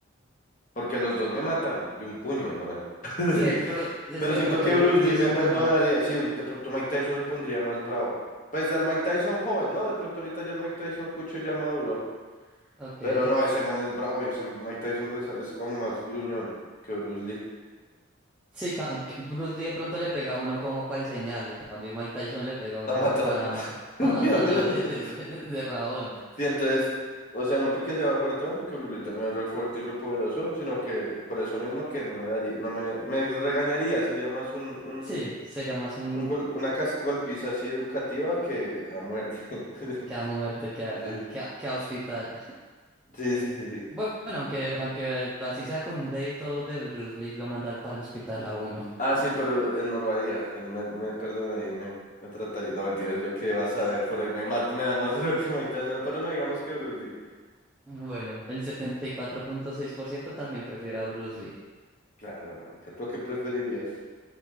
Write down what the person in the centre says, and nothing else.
Sí, eh, pero es
que de
pronto
Bruce Lee
es
como
más.
Ok.
Sí, ca- que Bruce Lee de pronto le pega a uno como para enseñarle. En cambio, Mike Tyson le pega a uno
como para, ma-
para matarlo de, de, de, de rabón.
Sí, sería más un
que a muerte que a,
que a que a hospital.
Bueno, aunque, aunque así sea con un dedito de Bruce Lee, lo manda al palo hospital a uno.
<laughs>
Bueno, el setenta y cuatro punto seis por ciento también prefiere a Bruce Lee.